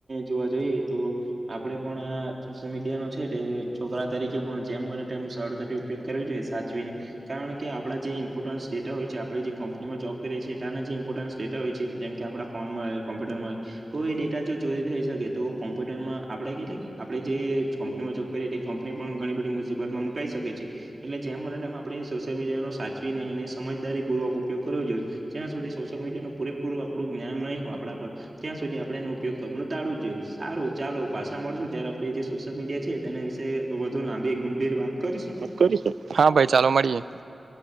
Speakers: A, on the right; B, on the right.
A: જોવા જઈએ તો આપડે પણ આ સોશિયલ મીડિયા નો છે છોકરા તરીકે પણ જેમ બને સરળથી ઉપયોગ કરવો જોઈએ સાચવીને કારણ કે આપણા જે ઈમ્પોર્ટન્ટ ડેટા હોય છે આપ જેંપનીમાં જોબ કરીએ છીએના જે ઈમ્પોરન્ટ ડેટા હો છે જેમ કે આપણા ફોનમાં કોમ્પુટર તો એ ડેટા જો ચોરી થઈ શકે તો કોમ્પ્યુટરમાં આપણે કેટલી આપે જે કપનીમાં જોબ કંપની પણ ઘણી બધી મુસીબતમાં મુકઈ શકે છે એટલે જેમ બને ને એમ આપડે સોશિયલ મીડિયાનો સાચવીને એને સમજદારી પૂર્વક ઉપયોગ કરો જોઈએ જ્યાં સુધી સોશલડિયાનું પૂરેપૂરું આપણું જ્ઞાન નહીં હોય આપણા પર ત્યાં સુધી આપણે એને ઉપયોગ કરવા ટાળવું જ જોઈએ સારું ચાલો પાછા મળશું ત્યારે આપણે જે સોશિયલ મીડિયા છે તેના વિશે વધુ લાંબજગ ગંભીર વાત કરીશું
B: કરી હા ભાઈ ચાલો મળીએ.